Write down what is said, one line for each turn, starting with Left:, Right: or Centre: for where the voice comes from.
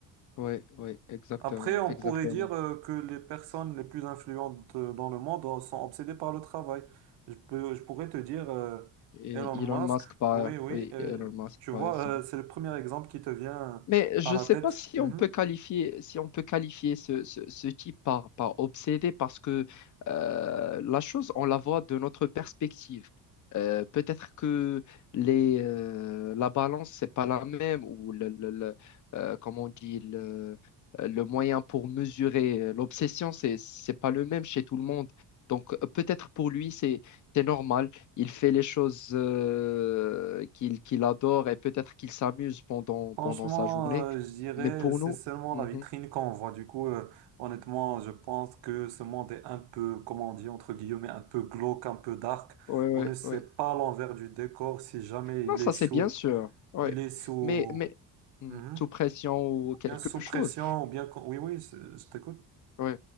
Left: ouais, ouais, exactement,
Right: Après, on
Left: exactement.
Right: pourrait dire euh, que les personnes les plus influentes euh, dans le monde euh, sont obsédées par le travail. Je peux, je pourrais te dire euh,
Left: Et
Right: Elon Musk,
Left: Elon Musk, par,
Right: oui, oui,
Left: oui,
Right: euh,
Left: Elon Musk,
Right: tu vois,
Left: par exemple.
Right: euh, c'est le premier exemple qui te vient
Left: Mais je
Right: à la
Left: ne sais
Right: tête.
Left: pas si
Right: Mhm.
Left: on peut qualifier, si on peut qualifier ce, ce- ce type par, par obsédé parce que euh, la chose, on la voit de notre perspective. Euh, peut-être que les, euh, la balance, c'est pas la même ou le, le, le- euh, comment on dit, le, le moyen pour mesurer euh, l'obsession, c'est, c'est pas le même chez tout le monde. Donc euh, peut-être pour lui, c'est, c'est normal. Il fait les choses euh, qu'il qu'il adore et peut-être qu'il s'amuse pendant,
Right: Franchement,
Left: pendant sa journée.
Right: euh, je dirais,
Left: Mais pour
Right: c'est
Left: nous,
Right: seulement
Left: mhm,
Right: la vitrine qu'on voit. Du coup, euh, honnêtement, je pense que ce monde est un peu, comment on dit, entre guillemets, un peu glauque, un peu dark.
Left: ouais, ouais,
Right: On ne sait
Left: ouais.
Right: pas l'envers du décor si jamais
Left: Non,
Right: il
Left: ça
Right: est sous,
Left: c'est bien sûr. Ouais.
Right: il est sous.
Left: Mais, mais hmm,
Right: Mhm.
Left: sous pression ou quelque
Right: bien sous
Left: chose.
Right: pression, ou bien... con- Oui, oui, c'est- je t'écoute.
Left: Oui,